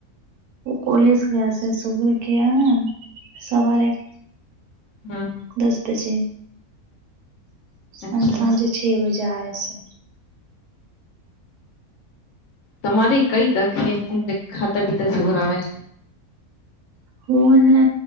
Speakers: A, on the right (about 80°); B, on the left (about 60°).
A: કોલેજ ગ્યા હશે સુબે ગ્યા સવારે- -
B: હમ્મ
A: દસ બજે
B: અચ્છા
A: અને સાંજે છ બજે આય છે.
B: તમારી કઈ દખ હે ખાતા પીતા જોર આવે- -
A: વુ ને